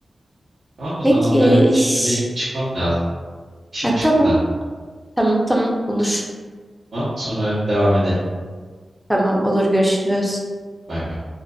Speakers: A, on the right; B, in the centre.
A: Tamam o
B: Peki.
A: zaman ben şimdi
B: şş.
A: bir çıkmam lazım. İşim
B: Ha,
A: çıktı
B: tamam.
A: da.
B: Tamam tamam olur.
A: Tamam. Sonra devam edelim.
B: Tamam olur görüşürüz.
A: Bay bay.